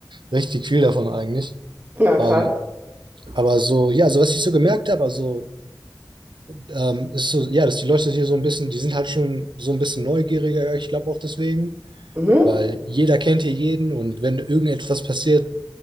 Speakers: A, on the right; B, on the right.
A: richtig viel davon eigentlich.
B: Ja,
A: Ähm,
B: krass.
A: aber so, ja, so was ich so gemerkt habe, also ähm, ist so, ja, dass die Leute hier so ein bisschen, die sind halt schon so ein bisschen neugieriger, ja, ich glaube auch deswegen,
B: Mhm.
A: weil jeder kennt hier jeden und wenn irgendetwas passiert,